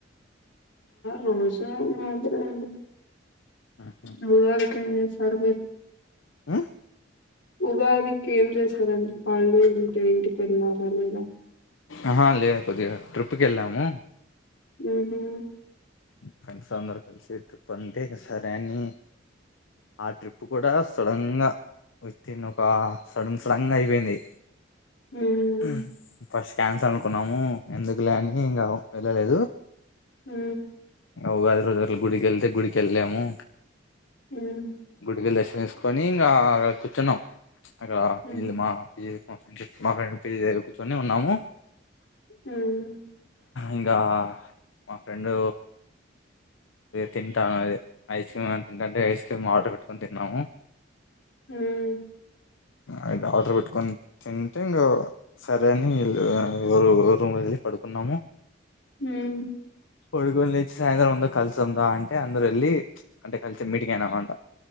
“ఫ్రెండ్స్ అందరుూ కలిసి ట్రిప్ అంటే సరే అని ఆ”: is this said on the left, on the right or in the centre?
Left